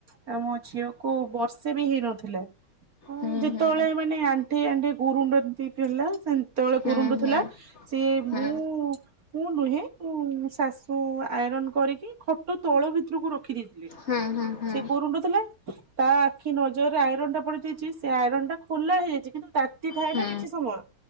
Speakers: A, on the right; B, on the left.
A: ଆ ମୋ ଝିଅକୁ ବର୍ଷେ ବି ହେଇନଥିଲା ଉଁ
B: ହୁଁ
A: ଯେତେବେଳେ
B: ହୁଁ
A: ମାନେ ଆ ଆଣ୍ଠେଇ ଆଣ୍ଠେଇ ଗୁରୁଣ୍ଡନ୍ତି ପିଲା ସେନ୍ତେ ବେଳେ
B: ହୁଁ
A: ଗୁରୁଣ୍ଡ
B: ହୁଁ
A: ଥିଲା ସିଏ
B: ହୁଁ
A: ମୁଁ। ମୁଁ ନୁହେଁ ମୁ ଶାଶୁ ଆଇରନ କରିକି ଖଟ ତଳ ଭିତରକୁ ରଖ ରଖି ଦେଇଥିଲେ
B: ହୁଁ ହୁଁ ହୁଁ।
A: ସେ ଗୁରୁଣ୍ଡୁ ଥିଲା ତା ଆଖି ନଜରରେ ଆଇରନ୍ ଟା ପଡିଯାଇଛି ସେ ଆଇରନ୍ ଟା ଖୋଲା ହେଇଯାଇଛି କିନ୍ତୁ। ତାତି ଥାଏ
B: ହୁଁ
A: ନା କିଛି ସମୟ